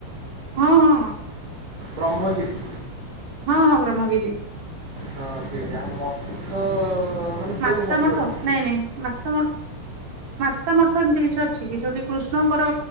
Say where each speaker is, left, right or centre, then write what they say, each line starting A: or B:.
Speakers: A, on the right (about 45°); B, on the right (about 75°).
A: ହଁ ହଁ।
B: ବ୍ରହ୍ମଗିରି।
A: ହଁ ହଁ ବ୍ରହ୍ମଗିରି।
B: ହଁ ସେଇଠି ଆଉ ମଠ ମାନେ କେଉଁ
A: ମାତା ମଠ
B: ଅଛି
A: ନାଇଁ ନାଇଁ ମାତା ମ ମାତା ମଠ ଏମିତି କିଛି ଅଛି କି ଯୋଉଠି କୃଷ୍ଣଙ୍କର